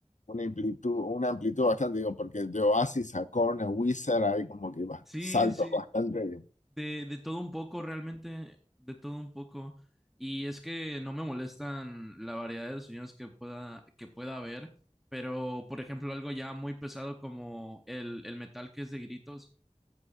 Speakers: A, on the left; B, in the centre.
A: una amplitud, una amplitud bastante, digo, porque de Oasis a Korn a Wizard hay como que va,
B: Sí,
A: saltos
B: sí,
A: bastante.
B: de, de todo un poco realmente, de todo un poco. Y es que no me molestan la variedad de sonidos que pueda, que pueda haber, pero por ejemplo algo ya muy pesado como el, el metal que es de gritos.